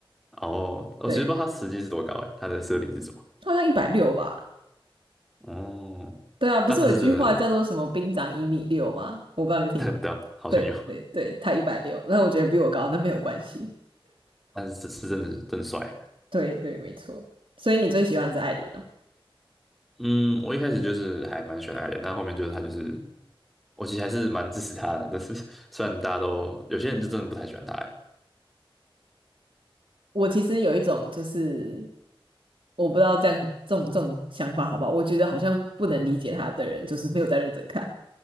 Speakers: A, in the centre; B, on the right.
A: 哦，我其实不知道她实际是多高哎，
B: 对，
A: 她的设定是什么？
B: 他好像一百六吧。
A: 哦，
B: 对啊，不是有一句话叫做什么“兵长一米六”吗？
A: 但她是真的，
B: 我不知道你有听过。
A: <laughs> 对啊，好像有，
B: 对对对，他一百六，那我觉得比我高，那没有关系。
A: 但是是是真的真的帅。
B: 对对，没错。所以你最喜欢是艾琳。
A: 嗯，我一开始就是还蛮喜欢艾的，但后面就是他就是，我其实还是蛮支持他的。但是虽然大家都有些人就真的不太喜欢他欸
B: 我其实有一种就是我不知道这样这种这种想法好不好？我觉得好像不能理解他的人，就是没有在认真看。